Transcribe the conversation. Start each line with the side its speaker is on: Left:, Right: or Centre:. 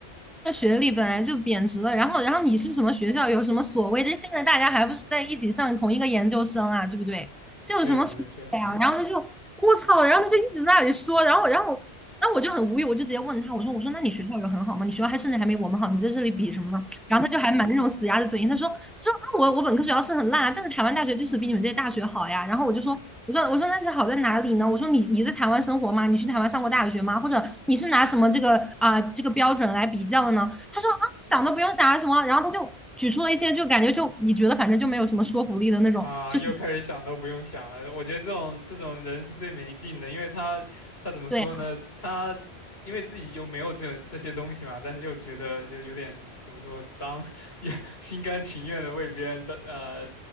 Centre: 那学历本来就贬值了，然后然后你是什么学校，有什么所谓？这现在大家还不是在一起上同一个研究生啊，对不对？这有什么所谓啊？
Left: 确实确实。
Centre: 然后他就我操，然后他就一直在那里说，然后然后那我就很无语，我就直接问他，我说我说那你学校有很好吗？你学校还甚至还没我们好，你在这里比什么呢？然后他就还蛮那种死鸭子嘴硬，他说说啊我我本科学校是很烂啊，但是台湾大学就是比你们这些大学好呀。然后我就说我说我说那是好在哪里呢？我说你你在台湾生活吗？你去台湾上过大学吗？或者你是拿什么这个啊、呃这个标准来比较的呢？他说啊想都不用想啊什么，然后他就举出了一些就感觉就你觉得反正就没有什么说服力的那种，
Left: 啊，
Centre: 就是
Left: 又开始想都不用想了。我觉得这种这种人是最没劲的，因为他他怎么说呢？
Centre: 对啊，
Left: 他因为自己又没有这这些东西嘛，但是又觉得就有点怎么说，当 <laughs> 也心甘情愿的为别人的呃，